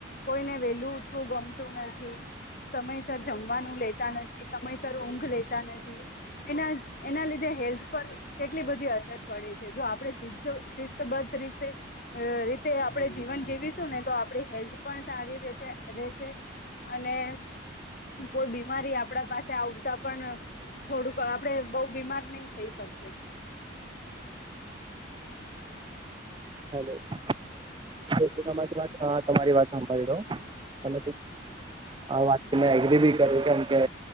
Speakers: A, on the left; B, on the right.
A: કોઈને વેલું ઉઠવું ગમતું નથી સમયસર જમવાનું લે તા નથી સમય સર ઊંઘ લેતા નથી. એના એના લીધે હેલ્થ પર કેટલી બધી અસર પડે છે. જો આપડે સિધ્ધો સિસ્થ બત્રીસે અહ રીતે આપડે જીવન જીવીશું ને તો આપડે હેલ્થ પર સારી રીતે રહેશે અને કોઈ બી મારી આપડા પાસે આવતા પણ થોડુંક આપડે બઉ બીમાર નહી થઈ શકીએ.
B: હેલો <inaudible> હા તમારી વાત હામબર ડુ <unintelligible> આ વાત થી મેં એગ્રી ભી કરું કેમ કે